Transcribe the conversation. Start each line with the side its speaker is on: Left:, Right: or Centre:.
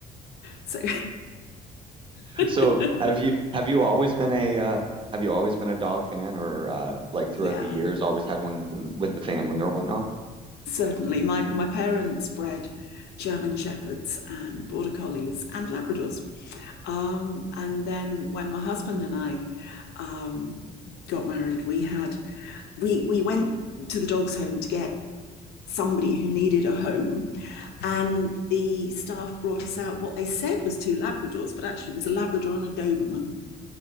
Left: So <laughs>
Right: so have you have you always been a uh have you always been a dog fan or uh like
Left: yeah,
Right: throughout the years always had one within with the family or whatnot?
Left: certainly. My my parents bred German shepherds and border collies and Labradors. Um, and then when my husband and I um, got married, we had we we went to the dogs home to get somebody who needed a home and the staff brought us out what they said was two labradors but actually it was a labrador and a doberman